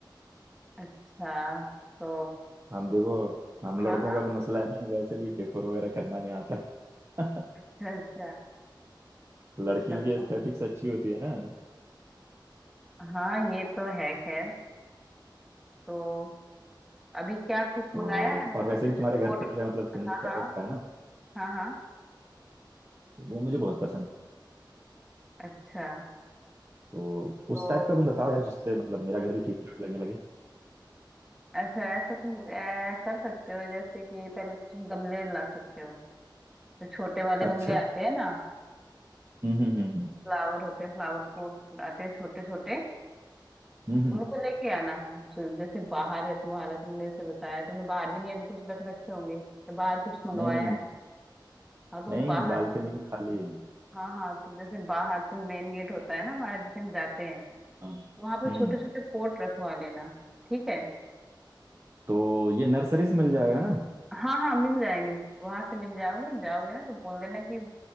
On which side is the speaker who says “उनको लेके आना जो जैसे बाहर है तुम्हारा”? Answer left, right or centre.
Centre